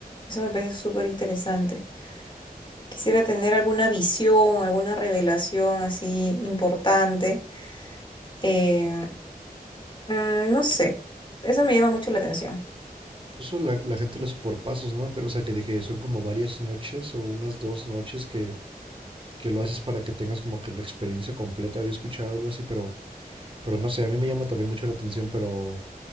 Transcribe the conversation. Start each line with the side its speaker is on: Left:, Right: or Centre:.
Left: eso me parece súper interesante. Quisiera tener alguna visión, alguna revelación así importante. eh, mm, no sé, eso me llama mucho la atención.
Right: Eso la, la gente lo hace por pasos, ¿no? Pero, o sea, que, de que son como varias noches o unas dos noches que, que lo haces para que tengas como que la experiencia completa. Había escuchado algo así, pero, pero no sé, a mí me llama también mucho la atención, pero,